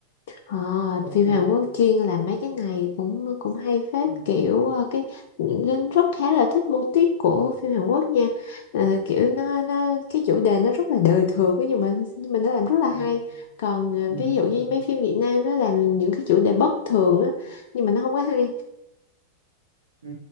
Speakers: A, on the left; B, on the right.
A: Ờ,
B: Ủa,
A: phim
B: thôi
A: Hàn
B: đi.
A: Quốc chuyên làm mấy cái này cũng cũng hay phết
B: ừ,
A: kiểu ờ, cái Linh rất khá là thích mô típ của phim Hàn Quốc nha Ờ, kiểu nó nó cái chủ đề nó rất là đời thường ấy, nhưng mà nhưng mà nó làm rất là
B: ừ,
A: hay còn ờ,
B: ừ,
A: ví dụ
B: đúng
A: như
B: rồi
A: mấy phim Việt Nam nó làm những cái chủ đề bất thường á nhưng mà nó không có hay
B: Ừ.